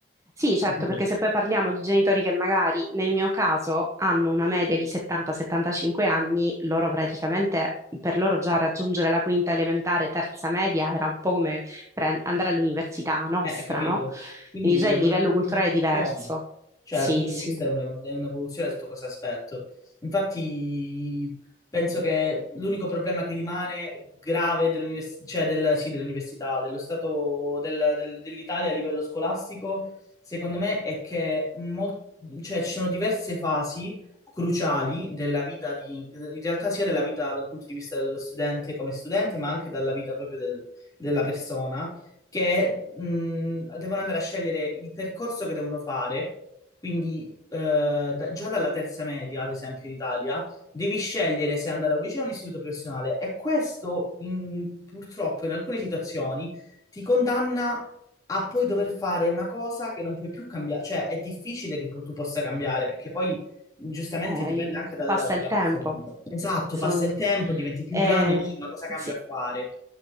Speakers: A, on the right; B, on the left.
A: Sì, certo,
B: capito?
A: perché se poi parliamo di genitori che magari nel mio caso hanno una media di 70-75 anni, loro praticamente, per loro già
B: Eh.
A: raggiungere la quinta elementare, terza media era un po' come pre- andare all'università nostra,
B: Eh, capito?
A: no?
B: Quindi
A: Quindi già
B: è
A: il
B: pure
A: livello culturale
B: un'evoluzione,
A: è diverso.
B: cioè
A: Sì,
B: dal punto
A: sì,
B: di vista è una- è un'evoluzione sotto questo aspetto. Infatti penso che l'unico problema che rimane grave dell'univers- cioè del- sì, dell'università, dello stato del- del- dell'Italia a livello scolastico, secondo me è che mol- cioè, ci sono diverse fasi cruciali della vita di, in realtà sia della vita dal punto di vista dello studente come studente, ma anche dalla vita proprio del- della persona che mh, devono andare a scegliere il percorso che devono fare. Quindi, eh, da- già dalla terza media, ad esempio, in Italia, devi scegliere se andare a un liceo o un istituto professionale. E questo, in- purtroppo, in alcune situazioni ti condanna a poi dover fare una cosa che non puoi più cambiare. Cioè, è difficile che po- tu possa cambiare, perché poi. Giustamente
A: eh,
B: dipende anche dal-
A: passa
B: dalla
A: il tempo.
B: persona. Esatto,
A: Sono-
B: passa il tempo, diventi più
A: eh,
B: grande, dici ma cosa cambio
A: sì,
B: a fare?